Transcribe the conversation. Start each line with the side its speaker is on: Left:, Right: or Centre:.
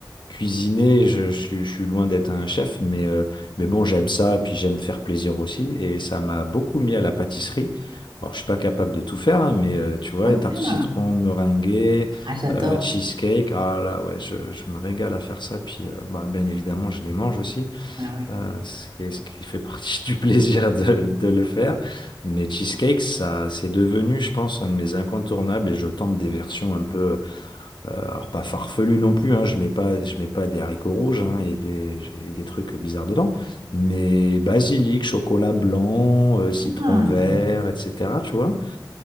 Left: cuisiner. Je, je suis, je suis loin d'être un chef, mais, euh, mais bon, j'aime ça. Et puis j'aime faire plaisir aussi. Et ça m'a beaucoup mis à la pâtisserie. Alors, je suis pas capable de tout faire, hein, mais euh, tu vois,
Right: Ah bien.
Left: tarte au citron, meringuée,
Right: Ah, j'adore.
Left: euh, cheesecake. Ah là, ouais, je, je me régale à faire ça. Puis, euh, bah, bien évidemment, je les mange aussi.
Right: Ah oui.
Left: Euh, c'est ce qui fait partie <laughs> du plaisir de, de le faire. Mais cheesecake, ça, c'est devenu, je pense, un de mes incontournables et je tente des versions un peu, euh, alors pas farfelues non plus, hein, je mets pas, je mets pas des haricots rouges hein, et des, j'ai des trucs bizarres dedans, mais basilic, chocolat blanc, euh, citron
Right: Ah.
Left: vert, etc. Tu vois,